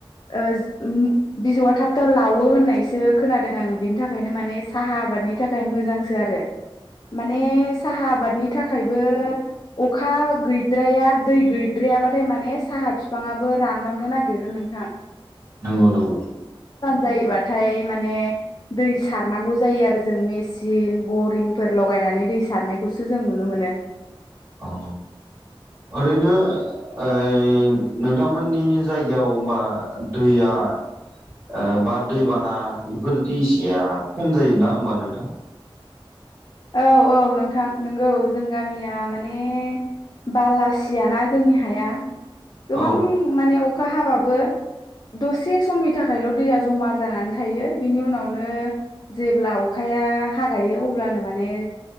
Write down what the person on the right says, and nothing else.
नंगौ नंगौ
औ ओरैनो ओ नोंथांमोननि जायगायाव होनबा दैया आरो ओ बा दैबाना बेफोरदि इसेया खम जायोना होमबा नोंथां
औ औ